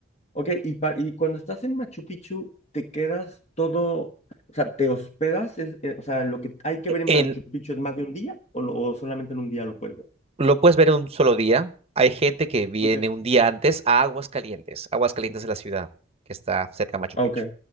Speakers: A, on the left; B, on the right.
A: Ok, y, pa- y cuando estás en Machu Picchu, te quedas todo, o sea, te hospedas, Es- eh, o sea, lo que hay que ver en
B: En,
A: Machu Picchu es más de un día o, lo- o solamente en un día lo puedes ver.
B: lo puedes ver en un solo día. Hay gente que viene
A: Ok.
B: un día antes a Aguascalientes. Aguascalientes es la ciudad que está cerca de Machu
A: Ok.
B: Picchu.